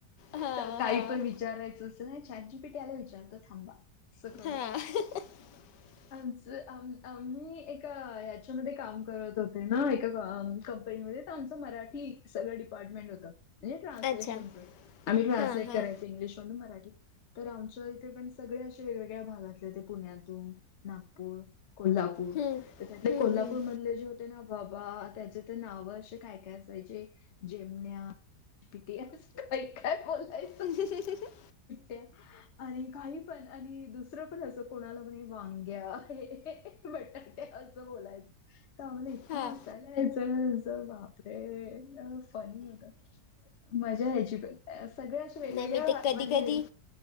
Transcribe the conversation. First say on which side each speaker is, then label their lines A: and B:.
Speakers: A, on the left; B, on the left.
A: हां
B: तर काही
A: हां
B: पण विचारायचं नाही चॅट जी पी टया ला विचारतो थांबा असं करुन
A: हां <inaudible>
B: आमचं आ आम्ही एका हयाच्यामध्ये काम करत होते ना एका ग कंप आमच मराठी सगळं डिपार्टमेंट होतं म्हणजे ट्रान्सलेशनच
A: अच्छा
B: आम्ही ट्रान्सलेट
A: हां हां
B: करायच इंग्लिशमधून मराठी तर आमच्या इथे पण सगळे अशे वेगवेगळ्या भागातले होते पुण्यातून, नागपूर कोल्हापूर,
A: हम्म
B: तर त्यातले
A: हम्म
B: कोल्हापूर
A: हम्म
B: मधले जे होते ना बाबा त्याचे तर नाव अशे काय काय असायचे जेमण्या पि टी एस काय काय बोलाय
A: हम्म <unintelligible>
B: ते आणि काही पण आणि दुसरं पण असं कोणाला पण ए वांग्या ए बटाट्या असं बोलायचे. तेंव्हा मला इतक
A: हां
B: हसायला यायचं बापरे फनी होत. मजा या्यची पण सगळ्या अशा वेगवेगळ्या
A: नाही मी ते कधी
B: म्हणजे
A: कधी
B: ह